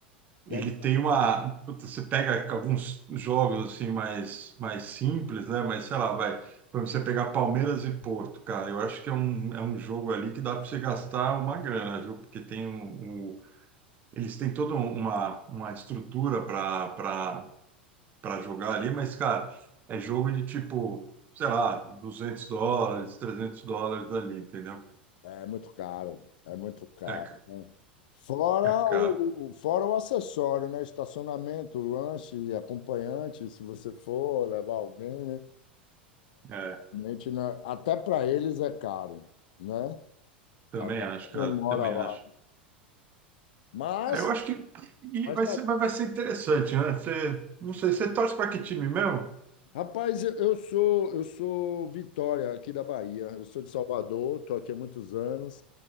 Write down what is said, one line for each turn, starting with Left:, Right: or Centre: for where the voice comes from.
Right: Ele
Left: deve
Right: tem uma. puta, Você pega alguns jogos assim mais, mais simples, né? Mas sei lá, vai. Por exemplo, você pegar Palmeiras e Porto, cara, eu acho que é um, é um jogo ali que dá para você gastar uma grana, viu? Porque tem um, um- eles têm toda um, uma, uma estrutura para para jogar ali, mas, cara, é jogo de tipo, sei lá, 200 dólares, 300 dólares ali, entendeu?
Left: É muito caro, é muito caro.
Right: É, ca-
Left: né? Fora
Right: é caro.
Left: o, o- fora o acessório, né? Estacionamento, lanche, acompanhante, se você for levar alguém, né?
Right: É,
Left: Realmente, né? Até para eles é caro, né?
Right: também
Left: Até
Right: acho,
Left: pra quem
Right: cara,
Left: mora
Right: também
Left: lá.
Right: acho.
Left: Mas,
Right: É, eu acho que e
Left: mas
Right: vai
Left: tá-
Right: ser, vai vai ser interessante, né? Você, não sei, você torce para que time mesmo?
Left: rapaz, eu eu sou eu sou Vitória aqui da Bahia. Eu sou de Salvador, estou aqui há muitos anos